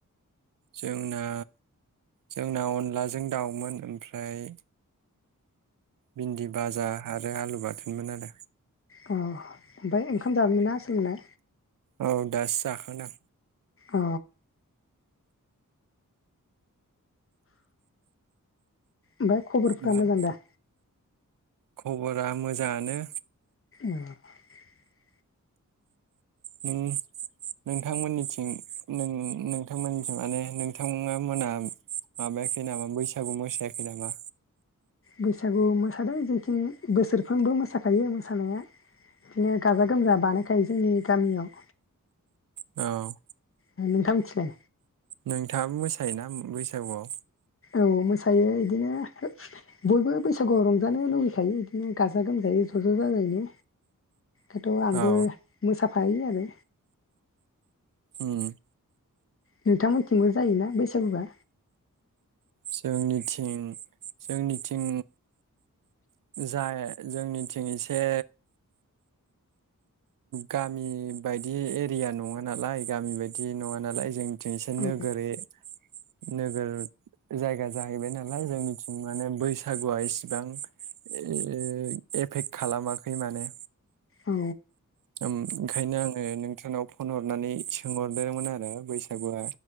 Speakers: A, on the right; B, on the left.
A: जोंना जोंना अनलाजों दाउमोन ओमफ्राय भिनदि बाजा ओमफ्राय आलु बाथोनमोन आरो
B: अ ओमफ्राय ओंखाम जाबायमोनना आसोलमोना?
A: औ दासो जाखांदों
B: अ ओमफ्राय खबरफोरा
A: ओमफ्राय
B: मोजां दा
A: खबरा मोजाङानो
B: अ
A: नों नोंथांमोननिथिं नों-नोंथांमोनथिं माने नोंथांमोना माबायाखै नामा बैसागु मोसायाखै नामा?
B: बैसागु मोसादों जेथिं बोसोरफ्रोमबो मोसाखायो मोसानाया बिदिनो गाजा गोमजा बानायखायो जोंनि गामियाव
A: औ
B: ओ नोंथां मोथिलाय
A: नोंथाङाबो मोसायोना बैसागुआव?
B: औ मोसायो इदिनो बयबो बैसागुआव रंजानो लुुबैखायो बिदिनो गाजा गोमजायै ज' ज' जाजायनो। दाथ' आंबो
A: औ
B: मोसा फायो आरो।
A: उम
B: नोंथांमोनथिंबो जायोना बैसागुआ?
A: जोंनिथिं जोंनिथिं जाय जोंनिथिं एसे गामि बायदि एरिया नङा नालाय गामि बायदि नङा नालाय जों थिं एसे
B: औ
A: नोगोर ए नोगोर जायगा जाहैबाय नालाय जोंनि माने बैसागुआ इसिबां ए ओ एफेक्ट खालामाखै माने।
B: औ
A: उम ओंखायनो आङो नोंथांनाव फन हरनानै सोंहरदोमोन आरो बैसागुआ